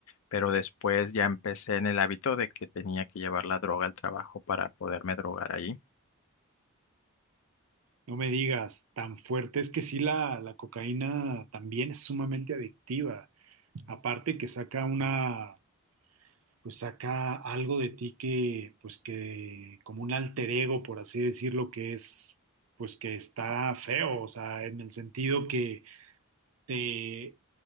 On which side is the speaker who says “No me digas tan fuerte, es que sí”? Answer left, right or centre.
Right